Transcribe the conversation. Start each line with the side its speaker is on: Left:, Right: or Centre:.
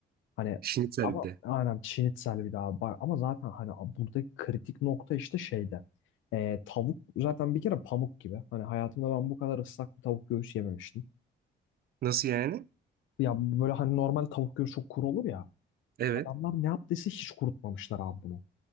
Left: Hani
Right: Şnitzel
Left: ama
Right: bir de.
Left: aynen şinitsel bir daha. Bak, ama zaten hani buradaki kritik nokta işte şeyde. Ee, tavuk zaten bir kere pamuk gibi. Hani hayatımda ben bu kadar ıslak bir tavuk göğüs yememiştim.
Right: Nasıl yani?
Left: Ya böyle hani normal tavuk göğsü çok kuru olur ya.
Right: Evet.
Left: Adamlar ne yaptıysa hiç kurutmamışlar abi bunu.